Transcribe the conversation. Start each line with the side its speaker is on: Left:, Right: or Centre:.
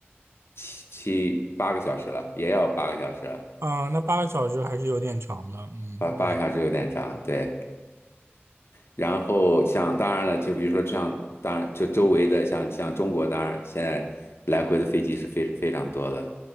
Left: 七七八个小时了，也要八个小时了，
Right: 啊，那八个小时还是有点长的，嗯
Left: 八八个小时有点长，
Right: 嗯
Left: 对。然后像当然了，就比如说像当然就周围的像像中国，当然现在来回的飞机是非非常多的。